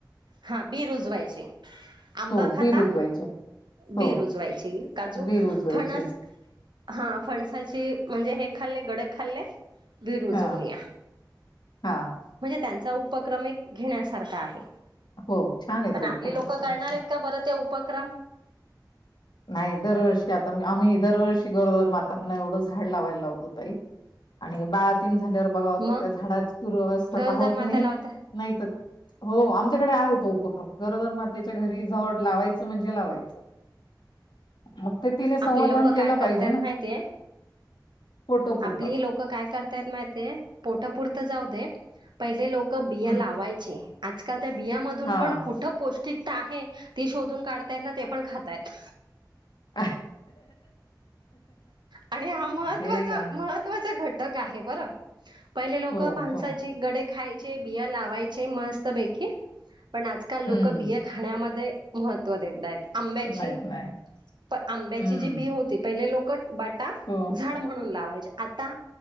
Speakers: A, on the right; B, on the left.
A: हा बी रुजवायची आंबा
B: हो,
A: खाता
B: बी रुजवायचे. हो,
A: बी उजवायची काजू
B: बी रुजवायचे.
A: फणस हा फणसाची म्हणजे हे खाल्ले गड खाल्ले बी विरुजवून
B: हां,
A: या
B: हां.
A: म्हणजे त्यांचा उपक्रम एक घेण्यासारखा आहे
B: हो छान य
A: पण
B: तो
A: आपली
B: उपक्रम
A: लोक करणार
B: त्यांचा
A: आहेत का बरत आहे उपक्रम
B: नाही दरवर्षी आता आम्ही दरवर्षी गरोदर मातांना एवढं झाड लावायला लावतो तई आणि बाळतीन झाल्यावर बघाव
A: मग
B: तर त्या झाडाची तुरावस्था
A: गरोदर
B: पाहवत
A: माता
B: नाही
A: लावता
B: नाही त हो आ डे आहे तो उपक्रम गरोजर मातेच्या घरी जवळ लावायच म्हणजे लावायचं मग ते तिने संवर्धन
A: आपले लोक
B: केलं
A: काय
B: पाहिजे
A: करतयत
B: ना
A: माहितीय
B: फोटो
A: आपली
B: पुरतं.
A: लोकं काय करतायत माहिित पोटा पुुरतं जाऊ दे पहिले लोक बिया
B: हं.
A: लावायचे आजकाल त्या बियामधून
B: हा.
A: पण कुठं पौष्टिकता आहे ती शोधून काढतायत ना ते पण खातायत
B: अ
A: आणि हा महत्वाचा
B: हे काय
A: महत् घटक आहे बरं. पहिले लोक
B: हो,
A: माणसाची
B: हो.
A: गडे खायचे बिया लावायचे मस्त पैकी. पण आजकाल लोकं
B: हं.
A: बिया खाण्यामध्ये महत्त्व देत आहेत. आंब्याची
B: नाहीत नाही.
A: पण आंब्याची
B: हं.
A: जी बी होती पहिले लोक बाटा
B: हो
A: झाड म्हणून लावायची आता